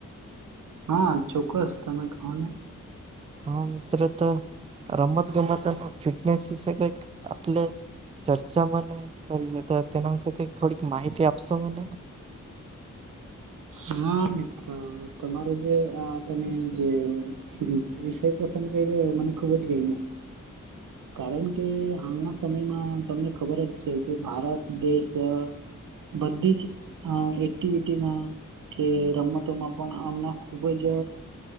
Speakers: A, on the right (about 75°); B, on the right (about 20°).
A: હા ચોક્કસ તમે કહો ને.
B: હા મિત્ર તો. રમત ગમત અને ફિટનેસ વિશે કંઈક આપલે ચર્ચા મને કરી જતા તેના વિશે કઈક થોડીક માહિતી આપશો મને. <inaudible>
A: હા મિત્ર તમારો જે આ તમે જે <unintelligible> એ પસંદ કર યો મને ખૂબ જ ગઈમો. કારણ કે હાલના સમયમાં તમને ખબર જ છે કે ભારત દેશ. બધી જ એક્ટિવિટીમાં. કે રમતોમાં પણ આમના ખુબ જ.